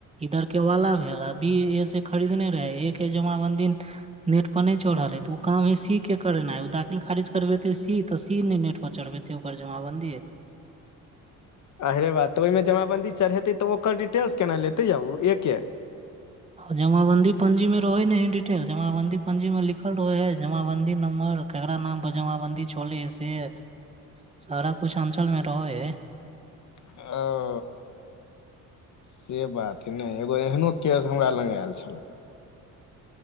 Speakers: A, on the right; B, on the left.
A: इधर के वाला भेल अभी एस खरीदने रहे एके जमा बन्दिन नेट पर न चढ़ रहल हे ते उ काम ही सी के करनाइ ओ दाखिल खारिज करबेते सी तऽ सी नहि नेट पर चढ़बेते ओकर जमाबंन्दी।
B: अहरे बात तऽ ओहिमे जमाबन्दी चढ़ेतै तऽ ओकर डिटेल्स केना लेतै आब ओ एके। <inaudible>
A: जमाबंन्दी पञ्जी मे रहै न है डिटेल जमाबंन्दी पञ्जीमे लिखल रहै है जमाबंन्दी नम्बर। केकरा नाम पर जमाबन्दी चलै से हय से सारा कुछ अंचल मे रहै हय।
B: आ से बात नहि एगो एहनो केश हमरा लग आयल छलै